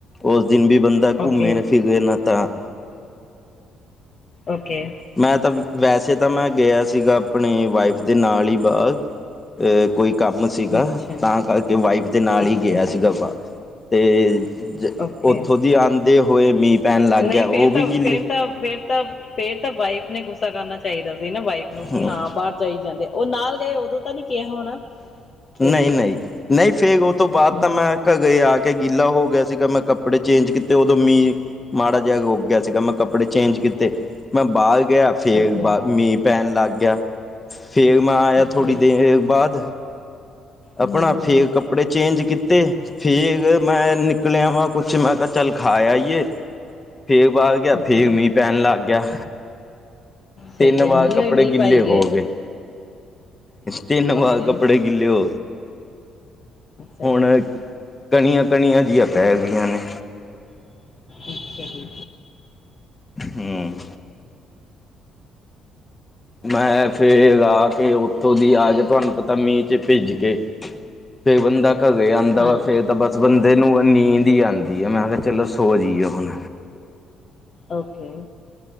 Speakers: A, on the left (about 25°); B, on the left (about 40°).
A: ਉਸ ਦਿਨ ਵੀ ਬੰਦਾ ਘੁੰਮੇ
B: ਓਕੇ
A: ਨਾ, ਫਿਰੇ ਨਾ ਤਾ
B: ਓਕੇ।
A: ਮੈਂ ਤਾਂ ਵੈਸੇ ਤਾਂ ਮੈਂ ਗਿਆ ਸੀਗਾ ਆਪਣੀ ਵਾਈਫ ਦੇ ਨਾਲ ਹੀ ਬਾਅਦ ਏ ਕੋਈ ਕੰਮ ਸੀਗਾ
B: ਅੱਛਾ
A: ਤਾਂ ਕਰਕੇ ਵਾਈਫ ਦੇ ਨਾਲ
B: ਅੱਛਾ
A: ਹੀ ਗਿਆ
B: ਜੀ
A: ਸੀਗਾ ਵਾ ਤੇ
B: ਓਕੇ
A: ਉੱਥੋਂ ਦੀ ਆਂਦੇ ਹੋਏ ਮੀਂਹ ਪੈਣ ਲੱਗ
B: ਨਹੀਂ
A: ਗਿਆ ਉਹ
B: ਫੇਰ
A: ਵੀ
B: ਤਾਂ,
A: ਗਿੱਲੀ
B: ਫੇਰ ਤਾਂ ਫੇਰ ਤਾਂ ਫੇਰ ਤਾਂ ਵਾਈਫ ਨੇ ਗੁੱਸਾ ਕਰਨਾ ਚਾਹੀਦਾ ਸੀ ਨਾ ਵਾਈਫ ਨੂੰ ਕਿ
A: ਹੂੰ
B: ਹਾਂ ਬਾਹਰ ਜਾਈ। ਜਾਂਦੇ ਓ ਨਾਲ ਗਏ ਉਦੋਂ ਤਾਂ ਨੀ ਕਿਹਾ ਹੋਣਾ। ਤੇ
A: ਨਹੀਂ ਨਹੀਂ, ਨਹੀਂ ਫਿਰ ਉਹ ਤੋਂ ਬਾਅਦ
B: ਹਮ
A: ਤਾਂ ਮੈਂ ਕ ਗਏ ਆ ਕੇ ਗੀਲਾ ਹੋ ਗਿਆ ਸੀਗਾ ਮੈਂ ਕੱਪੜੇ ਚੇਂਜ ਕੀਤੇ ਉਦੋਂ ਮੀਂਹ ਮਾੜਾ ਜਿਹਾ ਰੁਕ ਗਿਆ ਸੀਗਾ ਮੈਂ ਕੱਪੜੇ ਚੇਂਜ ਕੀ ਤੇ ਮੈਂ ਬਾਹਰ ਗਿਆ ਫਿਰ
B: ਓਕੇ
A: ਬਾਹਰ ਮੀਂਹ ਪੈਣ ਲੱਗ ਗਿਆ। ਫੇਰ ਮੈਂ ਆਇਆ
B: ਓਕੇ
A: ਥੋੜੀ ਦੇਰ ਬਾਅਦ ਆਪਣਾ
B: ਹਮ ਹਮ
A: ਫੇਰ ਕੱ ਕੱਪੜੇ ਚੇਂਜ ਕੀਤੇ ਫੇਰ ਮੈਂ ਨਿਕਲਿਆ ਵਾਂ ਕੁਛ ਮੈਂ ਕਿਹਾ ਚੱਲ ਖਾ ਆਹੀਏ। ਫੇਰ ਬਾਹਰ ਗਿਆ
B: ਓਕੇ
A: ਫੇਰ ਮੀਂਹ ਪੈਣ ਲੱਗ ਗਿਆ।
B: ਸਹੀ
A: ਤਿੰਨ
B: ਹੈ
A: ਵਾਰ
B: ਮੀਂਹ
A: ਕੱਪੜੇ
B: ਹੋਈ ਮੀਂਹ
A: ਗਿੱਲੇ
B: ਪਾਈ
A: ਹੋ ਗਏ। ਤਿੰਨ
B: ਓਕੇ
A: ਵਾਰ ਕੱਪੜੇ ਗਿੱਲੇ ਹੋ
B: ਸਹੀ
A: ਹੁਣ
B: ਹੈ ਜੀ
A: ਕਣੀਆਂ, ਕਣੀਆਂ ਜਿਹੀ ਪੈ ਗਈਆਂ ਨੇ।
B: ਅੱਛਾ ਜੀ
A: ਹਾਂ, ਮੈਂ ਫਿਰ ਆ ਕੇ ਉੱਥੋਂ ਦੀ ਆ ਕੇ ਤੁਹਾਨੂੰ ਪਤਾ ਮੀਂਹ ਚ ਭਿਜ ਕੇ ਫੇਰ ਬੰਦਾ ਘਰੇ ਆਂਦਾ
B: ਹਾਂਜੀ
A: ਵਾ ਫੇਰ ਤਾ ਬਸ ਬੰਦੇ ਨੂੰ ਨੀਂਦ ਹੀ ਆਂਦੀ ਆ ਮੈਂ ਕਿਹਾ ਚਲੋ ਸੋ ਜਈ ਏ ਹੁਣ।
B: ਓਕੇ।